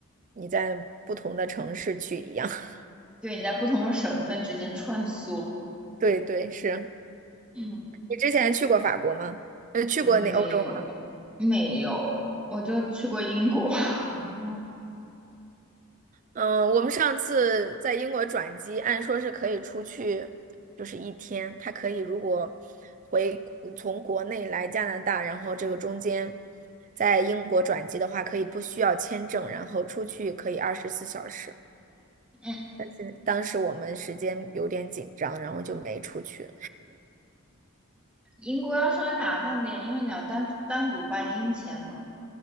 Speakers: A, on the right (about 35°); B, in the centre.
A: 你在不同的城市去一样。<laughs>
B: 对，你在不同的省份之间穿梭。
A: 对对，是
B: 嗯，
A: 你之前去过法国吗？呃，去过那欧洲。
B: 没有，没有，我就去过英国。<laughs>
A: 嗯，我们上次在英国转机，按说是可以出去，就是一天。他可以如果回从国内来加拿大，然后这个中间在英国转机的话，可以不需要签证，然后出去可以二十四小时。
B: 嗯，
A: 但是当时我们时间有点紧张，然后就没出去。
B: 英国要稍微麻烦点，因为你要单单独办英签嘛。